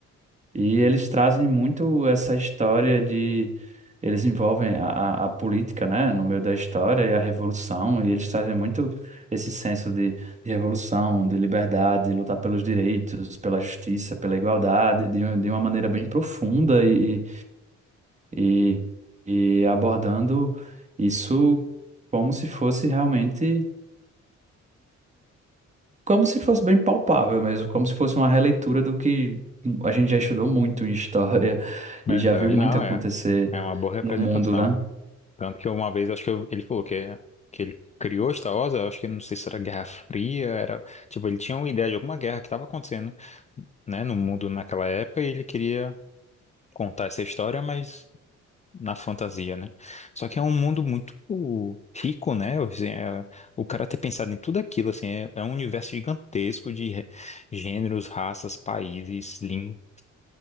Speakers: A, on the right (about 25°); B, on the left (about 25°).
A: E eles trazem muito essa história de. Eles envolvem a, a a política, né, no meio da história e a revolução, e eles trazem muito esse senso de, de revolução, de liberdade, de lutar pelos direitos, pela justiça, pela igualdade, de, um- de uma maneira bem profunda e, e, e e abordando isso como se fosse realmente como se fosse bem palpável mesmo, como se fosse uma releitura do que a gente já estudou muito em história <laughs>
B: verdade.
A: e já viu muito
B: Não,
A: acontecer
B: é, é uma boa representação.
A: no mundo, né?
B: Tanto que uma vez, acho que eu- ele falou que, que ele criou Star Wars, eu acho que não sei se era Guerra Fria, era, tipo, ele tinha uma ideia de alguma guerra que estava acontecendo, né, no mundo naquela época, e ele queria contar essa história, mas na fantasia, né? Só que é um mundo muito rico, né? Assim, é- o cara ter pensado em tudo aquilo, assim, é, é um universo gigantesco de re- gêneros, raças, países, línguas.